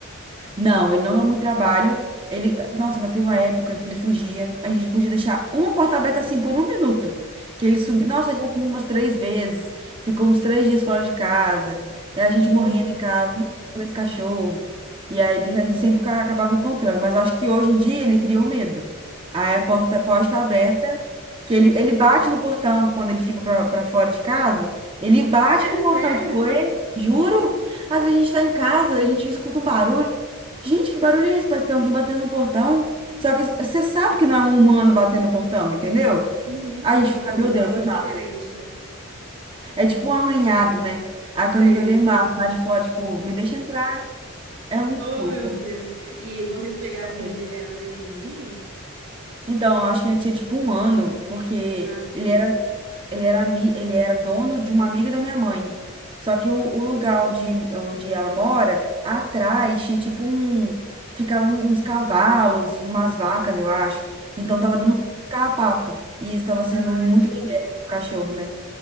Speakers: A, on the right; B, on the right.
A: Não, ele não dá muito trabalho. Ele, nossa, mas tem uma época que ele fugia. A gente podia deixar uma porta aberta assim por um minuto. Que ele subiu. Nossa, já subiu umas três vezes. Ficou uns três dias fora de casa. E a gente morrendo
B: Hum,
A: em casa. Meu Deus, cadê esse cachorro? E aí a gente sempre ca- acabava encontrando. Mas eu acho que hoje em dia ele criou medo. Aí a porta
B: assim.
A: pode estar aberta. Que ele, ele bate no portão quando ele fica pra, pra fora de casa. Ele bate
B: É
A: no portão,
B: sério?
A: tipo, ei, juro? Às vezes a gente tá em casa, a gente escuta um barulho. Gente, que barulho é esse? Parece que tem alguém batendo no portão. Só que você sabe que não é um humano batendo no portão, entendeu?
B: Uhum,
A: Aí
B: que
A: a gente
B: é um,
A: fica,
B: co- um
A: meu Deus,
B: barulho
A: é mal.
B: diferente, né?
A: É, é tipo um arranhado, né? Aí
B: Sei.
A: quando a gente vai ver Marco lá de fora, tipo, me deixa entrar. É muito
B: Oh,
A: fofo,
B: meu Deus. E vocês pegaram
A: tenho medo.
B: ele, ele era nenenzinho?
A: Então, eu acho que ele tinha tipo um ano, porque
B: Ah, sei.
A: ele era ele era, ami- ele era dono de uma amiga da minha mãe. Só que o, o lugar onde, onde ela mora, atrás tinha tipo um. Ficavam uns cavalos, umas vacas, eu acho.
B: Uhum.
A: Então tava dando muito carrapato. E isso tava sendo
B: Ah,
A: muito
B: entendi.
A: benéfico pro cachorro, né?